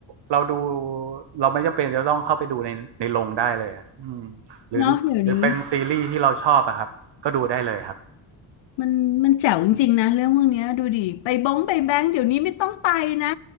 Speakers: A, on the right; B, on the left.
A: เราดูเราไม่จำเป็นจะต้องเข้าไปดูในในโรงได้เลยอะอืมหรือหรือเป็นซีรีส์ที่เราชอบอะครับก็ดูได้เลยครับ
B: เนาะเดี๋ยวนี้มันมันแจ๋วจริงๆนะเรื่องพวกเนี้ยดูดิไปบ้งไปแบงก์เดี๋ยวนี้ไม่ต้องไปนะ